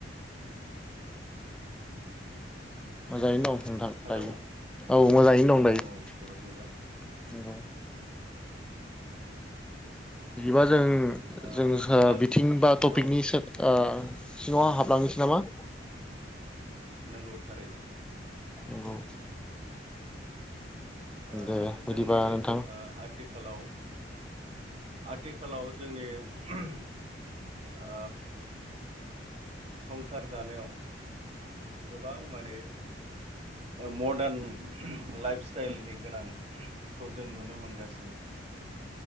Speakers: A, in the centre; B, on the right.
A: मोजांङै दं। नोंथां
B: हेलौ
A: दायो औ मोजाङैनो
B: औ
A: दं दायो।
B: औ जोबोद मोजां
A: बिदिबा जों ओम
B: ओ
A: जों सा
B: अब्ला
A: बिथिं बाथ
B: औ
A: पिकनि सा आ सिङाव हाबलांनोसै नामा?
B: नंगौ थारैनो
A: नंगौ
B: ओह
A: दे बिदिबा
B: जोंनि
A: नोंथां
B: ओ आथिखालाव आथिखालाव जोंनि ओह संसार जानायाव गोबां माने मडार्न लाइफ स्टाइलनि गोनांखौ जों नुनो मोनगासिनो